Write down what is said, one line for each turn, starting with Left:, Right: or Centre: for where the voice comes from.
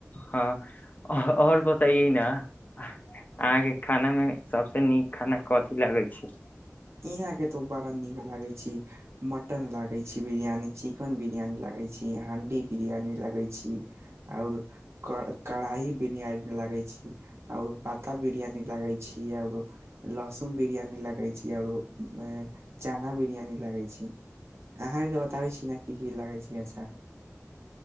Left: हँ ह आओर बताइयए न <unintelligible> अहाँके खाना मे सबस नीक खाना कथी लगै छै?
Right: यहाँ के तो बड़ा नीक लागे छी मटन लागे छी, बिरियानी चिकेन बिरियानी लागे छी, हंडी बिरियानी लगे छी। आओर कढ कढ़ाई बिरियानी लगै छी आओर पाता बिरियानी लगै छी कि आओर लसुन बिरियानी लगै छी आओरो अ में चना बिरियानी लगै छी। अहाँकेके बताबै छी ने की की लागै छै अच्छा?